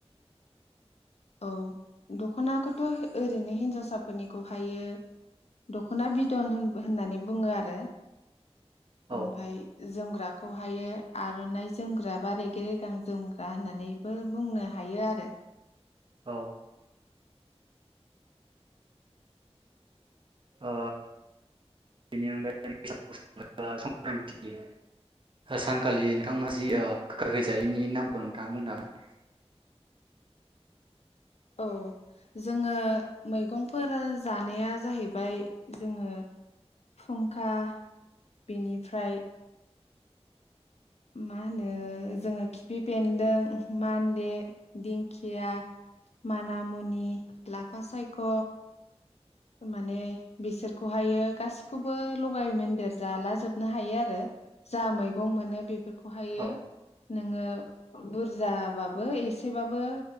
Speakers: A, on the left; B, on the right.
A: औ दख'नाखौथ' ओरैनो हिनजावसाफोरनिखौहायो दख'ना बिदन होन होननानै बुङो आरो।
B: औ
A: ओमफाय जोमग्राखौहायो आर'नाइ जोमग्रा बा रेगे रेगां जोमग्रा होननानैबो बुंनो हायो आरो।
B: औ। ओ बेनि अनगायै <unintelligible> संक्रान्ति सानखालि नोंथांमोना जि <unintelligible> जायैनि नामखौ नोंथाङा बुंनो हागोन?
A: औ जोङो मैगंफोर जानाया जाहैबाय जोङो फुंखा बेनिफ्राय मा होनो जोङो खिफि बेन्दों मान्दे दिंखिया मानामुनि लाफा सायख' माने बिसोरखौहाय यो गासिखौबो लगाय मोनदेर जाला जोबनो हायो आरो जा मैगं मोनो बेफोर खहायो।
B: औ
A: नोङो बुरजाबाबो एसेबाबो